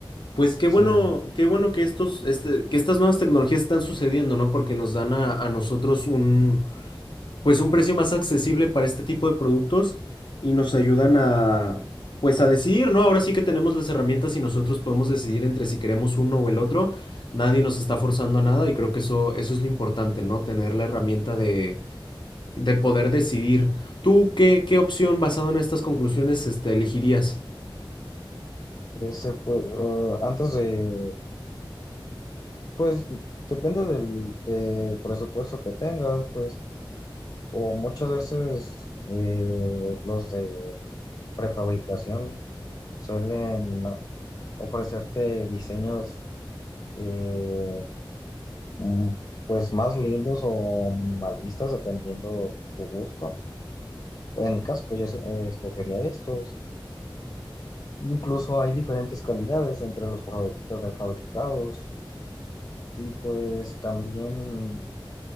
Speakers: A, on the left; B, on the left.
A: Pues qué bueno,
B: Sí,
A: qué bueno que estos, este, que estas nuevas tecnologías están sucediendo, ¿no? Porque nos dan a, a nosotros un, pues un precio más accesible para este tipo de productos y nos ayudan a, pues a decidir, ¿no? Ahora sí que tenemos las herramientas y nosotros podemos decidir entre si queremos uno o el otro. Nadie nos está forzando a nada y creo que eso, eso es lo importante, ¿no? Tener la herramienta de, de poder decidir. ¿Tú qué, qué opción basado en estas conclusiones, este, elegirías?
B: ese pues, eh, antes de, pues depende del, del presupuesto que tengas, pues, o muchas veces eh, los de prefabricación suelen ¿no? ofrecerte diseños eh, mm, pues más lindos o minimalistas dependiendo tu gusto. En mi caso, pues yo es- eh, escogería estos. Incluso hay diferentes calidades entre los fa- prefabricados y pues también